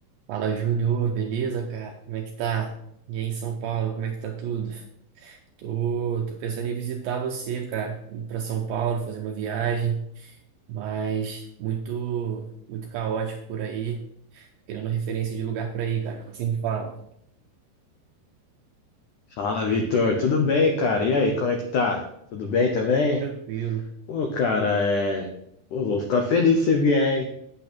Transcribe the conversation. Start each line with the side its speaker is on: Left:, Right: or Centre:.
Right: Fala, Júnior, beleza, cara? Como é que tá? E aí, em São Paulo, como é que tá tudo? Tô, tô pensando em visitar você, cara, ir pra São Paulo, fazer uma viagem, mas muito, muito caótico por aí. Tô querendo referência de lugar pra ir, cara. O que Você me fala.
Left: Fala, Vitor. Tudo bem, cara? E aí, como é que tá? Tudo bem também?
Right: Tranquilo.
Left: Pô, cara, é. Pô, vou ficar feliz se você vier, hein?